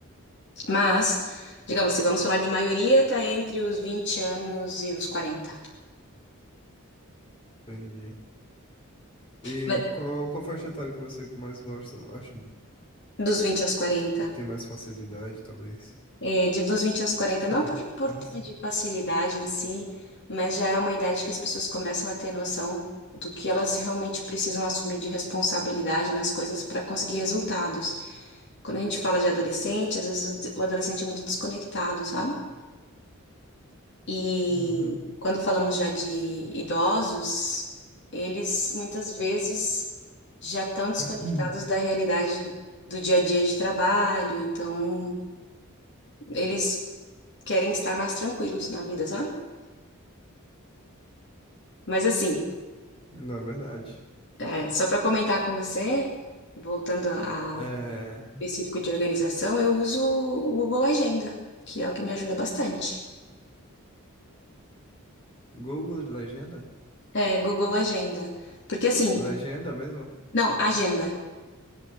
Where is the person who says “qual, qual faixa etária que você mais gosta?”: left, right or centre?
Left